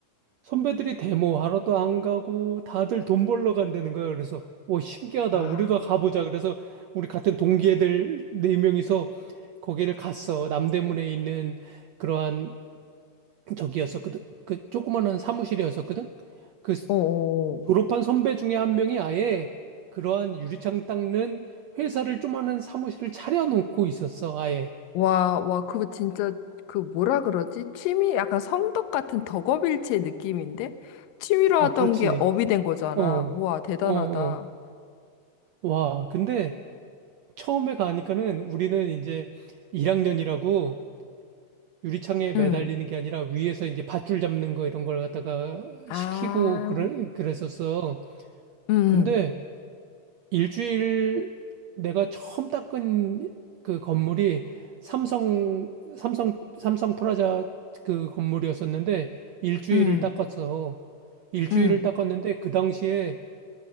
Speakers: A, on the right (about 80°); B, on the left (about 85°).
A: 선배들이 데모 하러도 안 가고 다들 돈 벌러 간다는 거야. 그래서, 오, 신기하다.
B: 아,
A: 우리도 가보자. 그래서 우리 같은 동기 애들 네명이서 거기를 갔어. 남대문에 있는 그러한 저기였었거든. 그 조그만한 사무실이었었거든. 그
B: 어어.
A: 졸업한 선배 중에 한 명이 아예 그러한 유리창 닦는 회사를 조그마한 사무실을 차려놓고 있었어, 아예.
B: 와, 와, 그거 진짜, 그 뭐라 그러지? 취미, 약간 성덕 같은 덕업일치의 느낌인데? 취미로
A: 아,
B: 하던
A: 그렇지.
B: 게 업이 된 거잖아.
A: 어, 어,
B: 우와, 대단하다.
A: 어. 와, 근데 처음에 가니까는 우리는 이제 1학년이라고 유리창에 매달리는
B: 응.
A: 게 아니라 위에서 이제 밧줄 잡는 거 이런 걸 갖다가
B: 아.
A: 시키고 그래, 그랬었어.
B: 응,
A: 근데 일주일 내가 처음 닦은 그 건물이 삼성, 삼성, 삼성 프라자 그 건물이었었는데 일주일을
B: 응,
A: 닦았어. 일주일을
B: 응.
A: 닦았는데 그 당시에